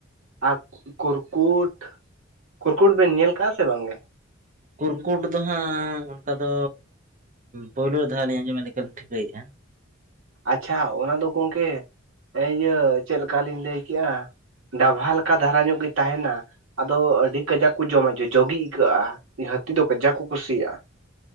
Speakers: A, on the right; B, on the right.
A: ᱟᱨ ᱠᱩᱨᱠᱩᱴ, ᱠᱩᱨᱠᱩᱴ ᱵᱮᱱ ᱧᱮᱞ ᱠᱟᱜᱼᱟ ᱥᱮ ᱵᱟᱝᱜᱮ?
B: ᱠᱩᱨᱠᱩᱴ ᱫᱚ ᱦᱟᱸᱜ ᱚᱱᱠᱟ ᱫᱚ ᱯᱳᱭᱞᱳ ᱫᱷᱟᱣ ᱞᱤᱧ ᱟᱸᱡᱚᱢᱮᱫ ᱞᱮᱠᱟ ᱞᱤᱧ ᱴᱷᱤᱠᱟᱹᱭᱮᱫᱼᱟ᱾
A: ᱟᱪᱪᱷᱟ ᱚᱱᱟ ᱫᱚ ᱜᱚᱝᱠᱮ ᱤᱭᱟᱹ ᱪᱮᱫᱠᱟ ᱞᱤᱧ ᱞᱟᱹᱭ ᱠᱮᱜᱼᱟᱼᱼ ᱰᱟᱵᱷᱟ ᱞᱮᱠᱟ ᱫᱷᱟᱨᱟ ᱧᱚᱜ ᱜᱮ ᱛᱟᱦᱮᱱᱟ᱾ ᱟᱫᱚ ᱟᱹᱰᱤ ᱠᱟᱡᱟᱠ ᱠᱚ ᱡᱚᱢᱟ ᱡᱚᱡᱚ ᱟᱹᱭᱠᱟᱹᱜᱼᱟ ᱦᱟᱹᱛᱤ ᱫᱚ ᱠᱟᱡᱟᱠ ᱠᱚ ᱠᱩᱥᱤᱭᱟᱜᱼᱟ᱾